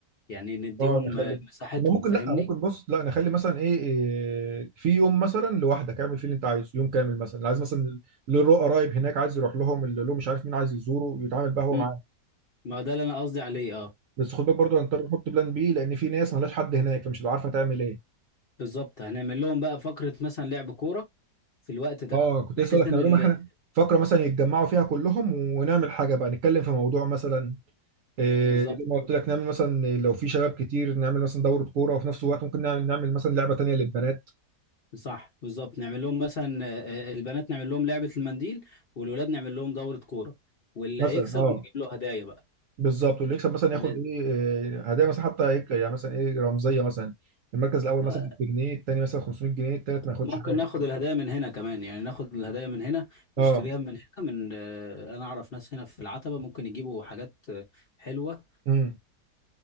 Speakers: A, on the left; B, on the right.
A: يعني نديهم
B: اه نخلي
A: آه، مساحتهم
B: ما ممكن
A: فاهمني؟
B: لا ممكن بص لا نخلي مثلا ايه, إيه في يوم مثلا لوحدك اعمل فيه اللي انت عايزه يوم كامل مثلا اللي عايز مثلا اللي له قرايب هناك عايز يروح لهم اللي له مش عارف مين عايز يزوره يتعامل بقى هو
A: مم.
B: معاه
A: ما ده اللي انا قصدي عليه اه
B: بس خد بالك برضه هنضطر نحط بلان بي لان في ناس ملهاش حد هناك فمش هتبقى عارفه تعمل ايه
A: بالظبط هنعمل لهم بقى فقرة مثلا لعب كورة في الوقت ده
B: اه كنت
A: بحيث
B: لسه اقول لك
A: ان
B: نعمل
A: ال...
B: لهم حاجه فقره مثلا يتجمعوا فيها كلهم ونعمل حاجه بقى نتكلم في موضوع مثلا إيه
A: بالظبط
B: زي ما قلت لك نعمل مثلا لو في شباب كتير نعمل مثلا دوره كوره وفي نفس الوقت ممكن نعمل, نعمل مثلا لعبه تانيه للبنات
A: صح بالظبط نعمل لهم مثلا آه، آه، البنات نعمل لهم لعبة المنديل والولاد نعمل لهم دورة كورة واللي
B: مثلا
A: هيكسب
B: اه
A: نجيب له هدايا بقى
B: بالظبط واللي يكسب مثلا ياخد
A: ن-
B: ايه إيه، هدايا مثلا حتى هيك يعني مثلا ايه رمزيه مثلا المركز الاول
A: آه،
B: مثلا بجنيه التاني مثلا 500 جنيه التالت ما ياخدش
A: ممكن
B: حاجه
A: ناخد الهدايا من هنا كمان يعني ناخد الهدايا من هنا
B: اه
A: نشتريها من هنا من آه، انا اعرف ناس هنا في العتبة ممكن يجيبوا حاجات آه، حلوة
B: امم